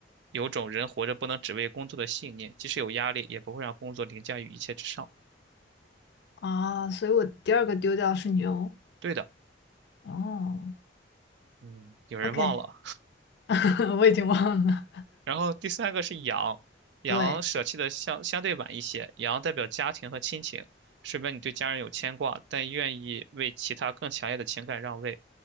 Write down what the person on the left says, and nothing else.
啊，所以我第二个丢掉是牛。
哦
，OK，<laughs> 我已经忘了。
对